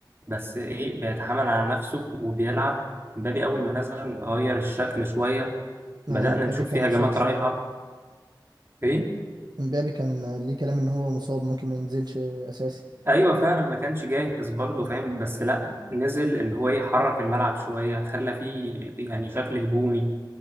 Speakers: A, on the right (about 30°); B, on the right (about 60°).
A: بس ايه بيتحمل على نفسه وبيلعب مبابي اول ما نزل غير الشكل شوية
B: يعني
A: بدأنا
B: مبابي
A: نشوف
B: كان
A: فيه
B: مصاب
A: هجمات
B: شوية
A: رايحة ايه
B: مبابي كان ليه كلام ان هو مصاب ممكن ما ينزلش اساسي
A: ايوه فعلا ما كانش جاهز برضه
B: مم.
A: فاهم بس لا نزل اللي هو يحرك الملعب شويه خلى فيه يعني شكل هجومي